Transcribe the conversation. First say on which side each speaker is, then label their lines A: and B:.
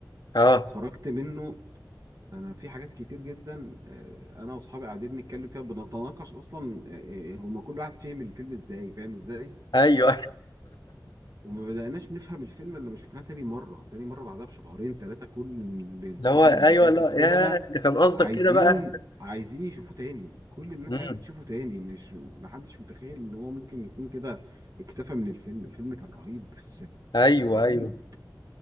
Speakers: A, on the left; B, on the right.
A: اه
B: خرجت منه انا في حاجات كتير جدا آه، انا واصحابي قاعدين نتكلم فيها بنتناقش اصلا آه، آه، هما كل واحد فهم الفيلم ازاي فاهم ازاي
A: ايوه
B: وما بدأناش نفهم الفيلم اللي ما شفناه تاني مرة تاني مرة بعدها بشهرين ثلاثة كل ال-
A: اللي
B: الطقم
A: هو ايوه
B: اللي كان
A: لا
B: في السينما
A: يا ده كان قصدك
B: عايزين
A: كده بقى
B: عايزين يشوفوه تاني كل الناس
A: مم.
B: عايزة تشوفه تاني مش محدش متخيل ان هو ممكن يكون كده اكتفى من الفيلم الفيلم كان رهيب في السينما
A: ايوه
B: رهيب
A: ايوه